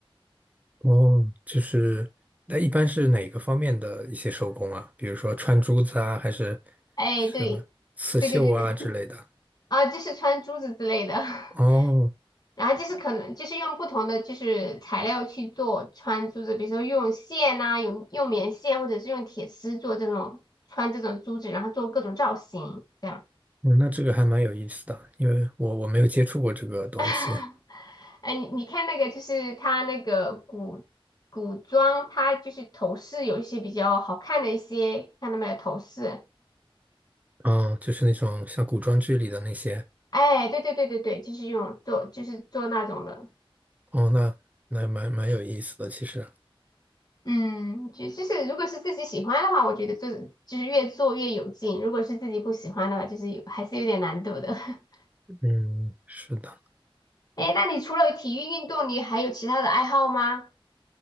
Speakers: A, on the right; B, on the left.
A: 哦，就是，那一般是哪个方面的一些手工啊？比如说穿珠子啊，还是
B: 哎，
A: 什么刺绣啊之类的？
B: 对，对对对对，啊，就是穿珠子之类的。<laughs>
A: 哦，
B: 然后就是可能就是用不同的就是材料去做穿珠子，比如说用线呐、用用棉线或者是用铁丝做这种穿这种珠子，然后做各种造型这样。
A: 嗯那这个还蛮有意思的，因为我我没有接触过这个东西。
B: <laughs> 哎，你你看那个就是它那个古古装，它就是头饰有一些比较好看的一些，看到没有头饰？
A: 嗯，就是那种像古装剧里的那些。
B: 哎，对对对对对，就是用做就是做那种的。
A: 哦，那那蛮蛮有意思的，其实。
B: 嗯，就就是如果是自己喜欢的话，我觉得做就是越做越有劲；如果是自己不喜欢的话，就是有还是有点难度的。<laughs>
A: 嗯，是的。
B: 哎，那你除了体育运动，你还有其他的爱好吗？